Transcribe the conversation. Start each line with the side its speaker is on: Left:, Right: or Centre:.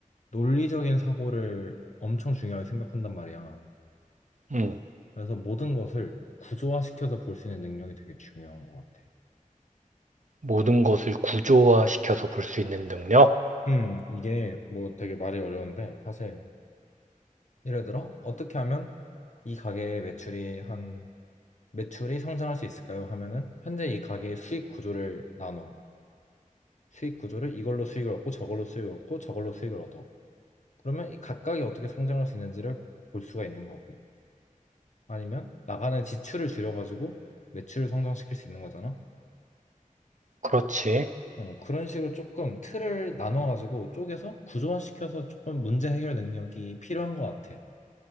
Left: 논리적인 사고를 엄청 중요하게 생각한단 말이야.
Right: 음.
Left: 그래서 모든 것을 구조화시켜서 볼 수 있는 능력이 되게 중요한 것 같아.
Right: 모든 것을 구조화시켜서 볼 수 있는 능력?
Left: 음, 이게 뭐 되게 말이 어려운데, 사실 예를 들어 어떻게 하면 이 가게의 매출이 한 매출이 성장할 수 있을까요? 하면은 현재 이 가게의 수익 구조를 나눠. 수익 구조를 이걸로 수익을 얻고 저걸로 수익을 얻고 저걸로 수익을 얻어. 그러면 이 각각이 어떻게 성장할 수 있는지를 볼 수가 있는 거고. 아니면 나가는 지출을 줄여가지고 매출을 성장시킬 수 있는 거잖아.
Right: 그렇지.
Left: 어, 그런 식으로 조금 틀을 나눠가지고 쪼개서 구조화시켜서 조금 문제 해결 능력이 필요한 것 같아.